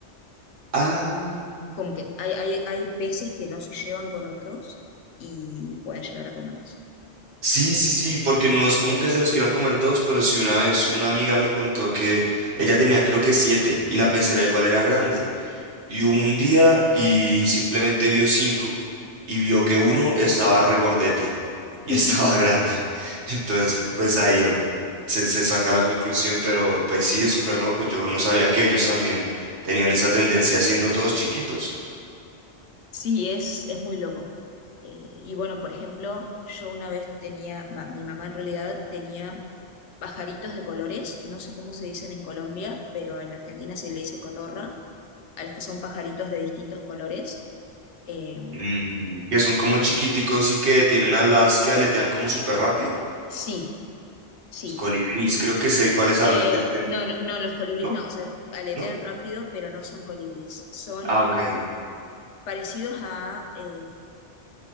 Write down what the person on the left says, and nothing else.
Como que hay, hay, hay peces que no se llevan con otros y pueden llegar a comerlos.
<laughs>
Sí, es, es muy loco. Eh, y bueno, por ejemplo, yo una vez tenía, ma- mi mamá en realidad tenía pajaritos de colores, no sé cómo se dicen en Colombia, pero en Argentina se le dice cotorra, a los que son pajaritos de distintos colores. Eh,
sí, sí.
Eh,
no, no, no, los colibríes
no, o sea, aletean
rápido, pero no son colibríes. Son
parecidos a eh,